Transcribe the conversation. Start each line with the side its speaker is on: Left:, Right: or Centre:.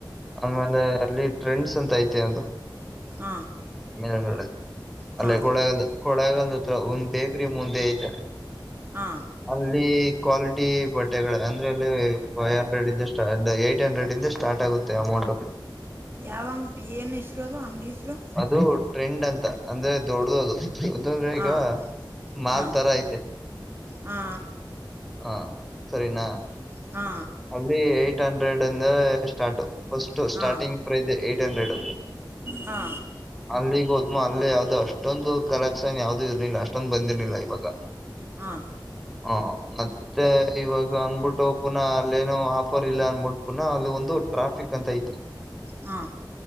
Centre: ಆಮೇಲೆ ಅಲ್ಲಿ ಟ್ರೆಂಡ್ಸ್ ಅಂತ ಐತೆ ಒಂದು
Right: ಹಾ
Centre: ಮೇಗಡೆ ಅಲ್ಲೇ
Right: ಹಾ
Centre: ಕೊಳಗಲ್ ಕೊಳೆಗಲ್ ಹತ್ರ ಒಂದ್ ಬೇಕ್ರಿ ಮುಂದೆ ಐತ
Right: ಹಾ
Centre: ಅಲ್ಲಿ ಕ್ವಾಲಿಟಿ ಬಟ್ಟೆಗಳ ಅಂದ್ರೆ ಇಲ್ಲಿ ಫೈವ್ ಹಂಡ್ರೆಡ್ ಇಂದ ಸ್ಟ ಏ್ಟಟ್ ಹಂಡ್ರೆಡ್ ಇಂದ ಸ್ಟಾರ್ಟ್ ಆಗುತ್ತೆ ಅಮೌಂಟ್ು <unintelligible>
Right: ಯಾವಂಗ್ ಏನ್ ಹೆಸರು ಅದು ಅಂಗ್ಡಿ ಹೆಸರು
Centre: ಅದು ಟ್ರೆಂಡ್ ಅಂತ ಅಂದ್ರೆ ದೊಡ್ಡದು ಅದು ಹೌದ್ರ
Right: ಹಾ
Centre: ಈಗ ಮಾಲ್
Right: ಹಾ
Centre: ತರ ಐತೆ
Right: ಹಾ
Centre: ಹ ಸರಿನಾ
Right: ಹಾ
Centre: ಅಲ್ಲಿ ಏಟ್ ಹಂಡ್ರೆಡ್ ಅಂದ ಸ್ಟಾರ್ಟ್ ಫಸ್ಟ್
Right: ಹಾ
Centre: ಸ್ಟಾರ್ಟಿಂಗ್ ಪ್ರೈಸ್ ಏಟ್ ಹಂಡ್ರೆಡ್
Right: ಹಾ
Centre: ಅಲ್ಲಿಗ ಹೋದ್್ಮ ಅಲ್ಲಿೇ ಯಾವವು್ದೋ ಅಷ್ಟೊಂದು ಕಲೆಕ್ಷನ್ ಯಾವ್ದು ಇರ್ಲಿಲ್ಲ ಅಷ್ಟೊಂದು ಬಂದಿರ್ಲಿಲ್ಲ ಇವಾಗ
Right: ಹಾ
Centre: ಹಾ ಮತ್ತ ಮತ್ತೆ ಇವಾಗ ಅಂದಬಿಟ್ಟು ಪುನಃ ಅಲ್ಲೇನೋ ಆಫರ್ ಇಲ್ಲ ಅಂದಬಿಟ್ಟು ಪುನಃ ಅಲ್ಲಿ ಒಂದು ಟ್ರಾಫಿಕ್ ಅಂತ ಐತೆ
Right: ಹಾ